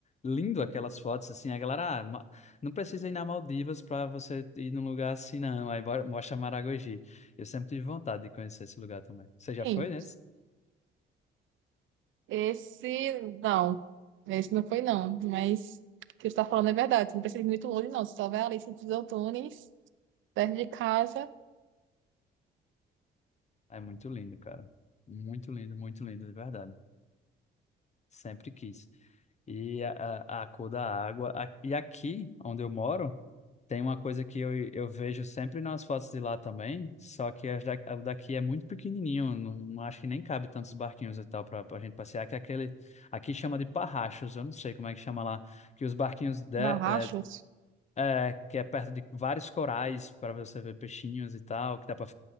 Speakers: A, on the left; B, on the right.
A: Lindo aquelas fotos, assim, a galera, ah, ma- não precisa ir na Maldivas para você ir num lugar assim, não. Aí bora- mostra Maragogi. Eu sempre tive vontade de conhecer esse lugar também. Você já
B: Sim,
A: foi né?
B: esse não. Esse não foi, não. Mas o que você está falando é verdade. Não precisa ir muito longe, não. Se só vai ali, Sítio dos Antunes, perto de casa,
A: É muito lindo, cara. Muito lindo, muito lindo, de verdade. Sempre quis. E a, a, a cor da água. A- e aqui, onde eu moro, tem uma coisa que eu, eu vejo sempre nas fotos de lá também, só que as da, a daqui é muito pequenininho, não, não acho que nem cabe tantos barquinhos e tal para a gente passear, que é aquele, aqui chama de parrachos, eu não sei como é que chama lá, que os barquinhos de,
B: Barrachos.
A: é, é, que é perto de vários corais para você ver peixinhos e tal, que dá para